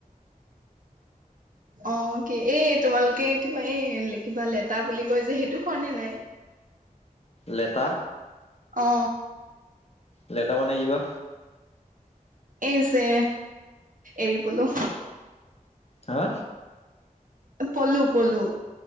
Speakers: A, on the right; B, on the left.
A: অহ, কি এই তোমালোকে কিবা এই কিবা লেতা বুলি কৈ যে সেইটো খোৱা নে নাই? <inaudible>
B: লেটা?
A: অ
B: লেটা মানে কিবা?
A: এই যে এৰি পলো।
B: হা?
A: পলু - পলু।